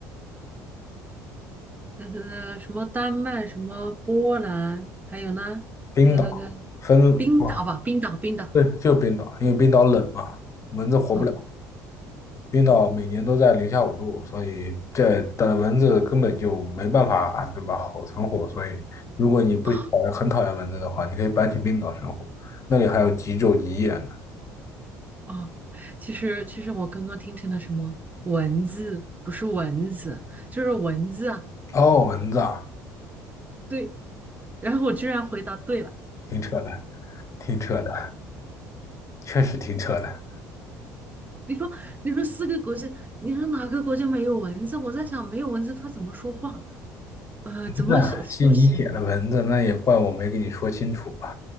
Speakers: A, on the right (about 20°); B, on the left (about 40°).
A: 呃，呃什么丹麦，什么波兰，还有呢，
B: 冰岛、
A: 还有那个
B: 芬，
A: 冰岛吧，
B: 哇，
A: 冰岛，冰岛，
B: 对，就是冰岛，因为冰岛冷嘛，蚊子活不了。
A: 啊
B: 冰岛每年都在零下五度，所以这的蚊子根本就没办法，啊对吧？好存活。所以，如果你不讨厌很讨厌蚊子的话，
A: 啊
B: 你可以搬去冰岛生活，那里还有极昼极夜呢。
A: 啊！其实其实我刚刚听成了什么文字，不是蚊子，就是蚊子啊，
B: 哦，蚊子啊，
A: 对，然后我居然回答对了。
B: 挺扯的，挺扯的，确实挺扯的。
A: 你说，你说四个国家，你说哪个国家没有蚊子？我在想，没有蚊子它怎么说话？呃，怎么是休息？
B: 那吸你血的蚊子，那也怪我没跟你说清楚吧？